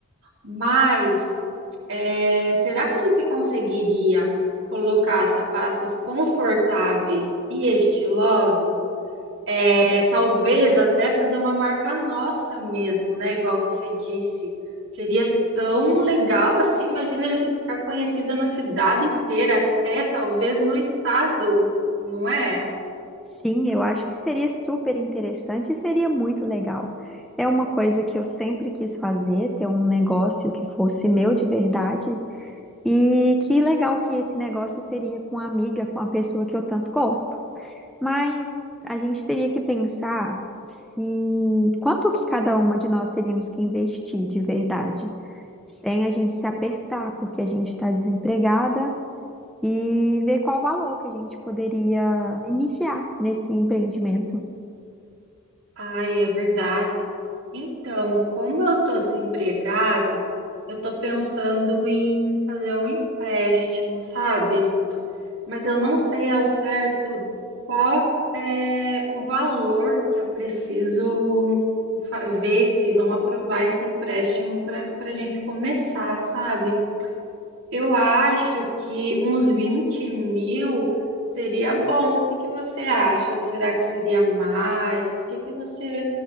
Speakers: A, on the right (about 60°); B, in the centre.
A: Mas é, será que a gente conseguiria colocar sapatos confortáveis e estilosos? É, talvez até fazer uma marca nossa mesmo, né? Igual você disse. Seria tão legal assim. Imagina a gente ficar conhecida na cidade inteira, até talvez no estado, não é?
B: Sim, eu acho que seria super interessante e seria muito legal. É uma coisa que eu sempre quis fazer, ter um negócio que fosse meu de verdade. E que legal que esse negócio seria com a amiga, com a pessoa que eu tanto gosto. Mas a gente teria que pensar se quanto que cada uma de nós teríamos que investir de verdade, sem a gente se apertar, porque a gente está desempregada, e ver qual o valor que a gente poderia iniciar nesse empreendimento.
A: Ai, é verdade. Então, como eu tô desempregada, eu tô pensando em fazer um empréstimo, sabe? Mas eu não sei ao certo qual é o valor que eu preciso fa- ver se vão aprovar esse empréstimo para para a gente começar, sabe? Eu acho que uns vinte mil seria bom. O que que você acha? Ou será que seria mais? O que que você